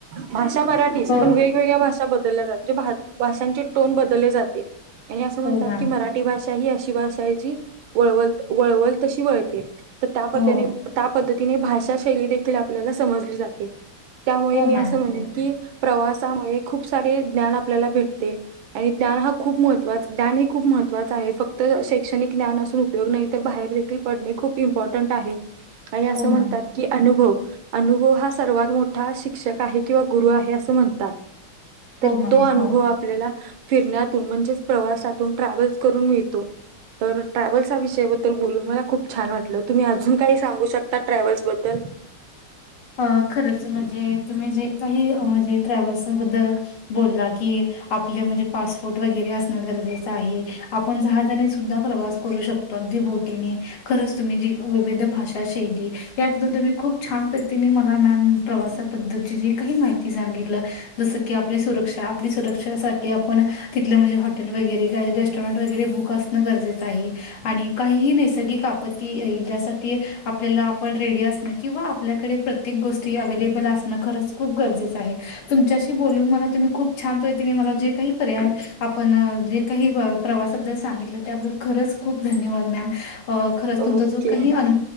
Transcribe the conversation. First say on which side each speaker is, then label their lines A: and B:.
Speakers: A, on the right; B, on the left.
A: भाषा मराठीच.
B: हो
A: पण वेगवेगळ्या भाषा बदलल्या जात म्हणजे भाषांचे टोन बदलले जाते. म्ह अस म्हणतात
B: हो मॅम
A: की मराठी ठी भाषा ही अशी भाषा आहे जी वळवल वळवल तशी वळते. तर त्या पद्धतीने
B: हो
A: त्या पद्धतीने भाषा शैली देखील आपल्याला समजली जाते. त्यामुळे
B: हो
A: मी
B: मॅम
A: असं म्हणेन
B: हो
A: की, प्रवासामुळे खूप सारे ज्ञान आपल्याला भेटते. आणि ज्ञान हा खूप महत्वा ज्ञान ह खूप महत्वाच आहे. फक्त शैक्षणिक ज्ञान असून पयोग नाही. तर बाहेर देखील पडणे खूप इम्पॉर्टंट आहे. आणि असं
B: हो
A: म्हणतात
B: मॅम
A: की अनुभव अनुभव हा सर्वात मोठा शिक्षक आहे किंवा गुरु आहे असं म्हणतात. तर
B: हो मॅम
A: तो अनुभव
B: हो
A: आपल्याला फिरण्यातून म्हणजेच प्रवासातून ट्रॅव्हल्स करून मिळतो. तर ट्रॅव्हल्स हा विषयाबद्दल बोलून मला खूप छान वाटलं. तुम्ही अजून काही सांगू शकता ट्रॅव्हल्स बद्दल?
B: अ खरंच म्हणजे तुम्ही जे काही म्हणजे ट्रॅव्हल्स बद्दल बोलला की, आपले म्हणजे पासपोर्ट वगैरे असणं गरजेचं आहे. आपण जहाजणी सुद्धा प्रवास करू शकतो. अगदी बोटीने, खरंच तुम्ही जी विविध भाषा शैली याबद्दल तुम्ही खूप छान तिने मला मॅम प्रवासाबद्दलची जी काही माहिती सांगितलं जसं की आपली सुरक्षा. आपली सुरक्षेसाठी आपण तिथलं म्हणजे हॉटेल वगैरे काय रेस्टॉरंट वगैरे बुक असणं गरजेचं आहे. आणि काहीही नैसर्गिक आपत्ती येइल यासाठी आपल्याला आपण रेडी असणं, किंवा आपल्याकडे प्रत्येक गोष्टी अवेलेबल असणं खरच खूप गरजेचं आहे. तुमच्याशी बोलून मला तुम्ही खूप छान पद्धतीने मला जे काही पर्यायवर आपण जे काही प्रवासाबद्दल सांगितलं, त्याबद्दल खरंच खूप धन्यवाद मॅम! अ खरंच तुमचा
A: ओके
B: जो काही अन